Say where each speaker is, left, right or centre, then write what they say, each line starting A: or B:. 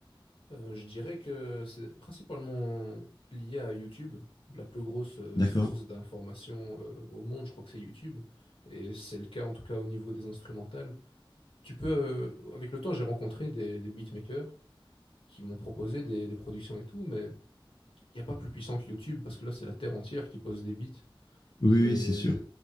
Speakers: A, on the left; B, on the left.
A: Euh, je dirais que c'est principalement lié à YouTube, la plus grosse euh,
B: D'accord?
A: source d'information euh, au monde, je crois que c'est YouTube, et c'est le cas en tout cas au niveau des instrumentales. Tu peux, euh, avec le temps, j'ai rencontré des, des beatmakers qui m'ont proposé des, des productions et tout, mais il n'y a pas plus puissant que YouTube parce que là, c'est la terre entière qui pose des beats.
B: Oui,
A: C'est,
B: oui, c'est sûr.